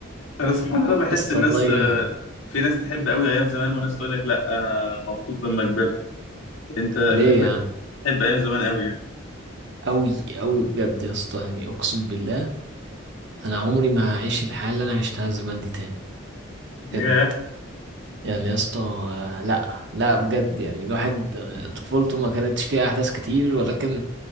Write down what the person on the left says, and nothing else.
أنا سبحان الله بحس
الناس
آه، في ناس تحب قوي أيام زمان وناس تقول لك لأ أنا مبسوط لما كبرت أنت
شكلك
تحب أيام زمان قوي يعني
ياه